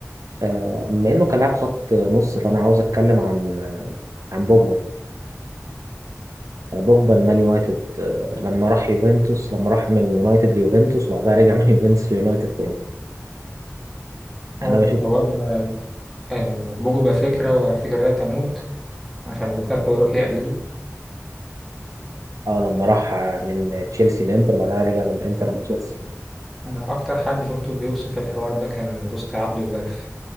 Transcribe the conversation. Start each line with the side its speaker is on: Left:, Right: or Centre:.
Right: آه، بما إنه كان لاعب خط نص فأنا عاوز أتكلم عن عن بوجبا بوجبا المان يونايتد آه، لما راح يوفنتوس لما راح من يونايتد ليوفنتوس وبعدها رجع من يوفنتوس ليونايتد تاني
Centre: اه
Right: أنا بشوف
Centre: هو آه، بوجبا فكره والفكره لا تموت عشان لوكاكو يروح يقلده
Right: اه لما راح من تشيلسي لانتر وبعدها رجع من الانتر لتشيلسي
Centre: انا اكتر حد شفته بيوصف الحوار ده كان دوست عبد البلف